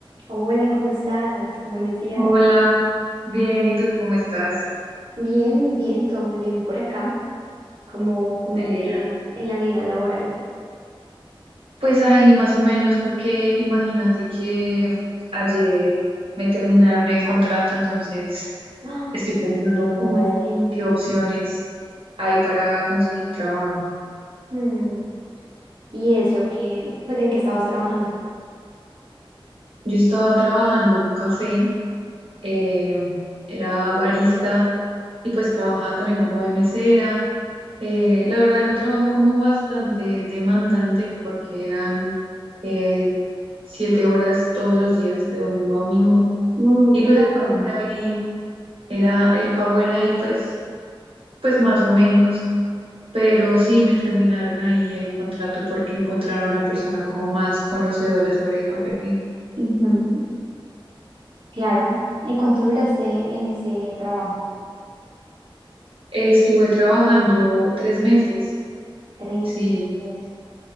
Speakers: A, on the right; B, on the right.
A: Hola, ¿cómo estás? Buenos días.
B: Hola, bien, ¿y tú cómo estás?
A: Bien, muy bien, todo muy bien por acá. ¿Cómo, cómo
B: Me alegra.
A: te ha ido en la vida laboral?
B: Pues ahí más o menos, porque imagínate que ayer me terminaron el contrato, entonces
A: <gasps> ¡Ah!
B: estoy pensando cómo,
A: ¿Cómo así?
B: qué opciones hay para conseguir trabajo.
A: Mm, ¿Y eso que, pues en qué estabas trabajando?
B: Yo estaba trabajando en un café, eh, era barista y pues trabajaba también como de mesera Eh, la verdad era un trabajo como bastante demandante porque eran eh, siete horas todos los días, de domingo a domingo.
A: No, muy
B: Y
A: pesado.
B: pues el pago era ahí, era, el pago era ahí pues, pues más o menos, pero sí me terminaron ahí el contrato porque encontraron a una persona como más conocedora sobre el café.
A: Ujú, Claro. ¿Y cuánto duraste en ese trabajo?
B: Estuve trabajando tres meses,
A: Tres
B: sí
A: meses,